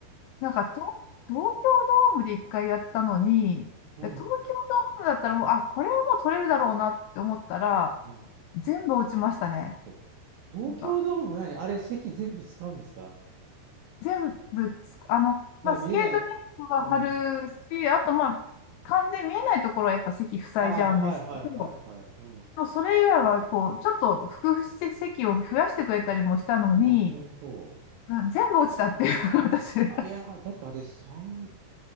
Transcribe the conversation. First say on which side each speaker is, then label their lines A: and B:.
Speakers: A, on the left; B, on the right.
A: なんか東、東京ドームで一回やったのに、
B: うん、
A: 東京ドームだったらもう、あ、これはもう取れるだろうなって思ったら、
B: うん。
A: 全部落ちましたね。
B: そう。東京ドーム何あれ、
A: なんか、
B: 席全部使うんですか
A: 全部つ、あの、
B: まあ、
A: まあ、
B: 見れない。
A: スケートリンクは張るし、
B: うん。
A: あと、まあ、完全に見えないところはやっぱ席塞いじゃうんですけど、
B: ああ、はいはいはいはい。うん。
A: もうそれ以外は、こう、ちょっと工夫して席を増やしてくれたりもしたのに、
B: あ、本当。
A: うん全部落ちたっていう、<laughs> 私。
B: あれや、だってあれ3、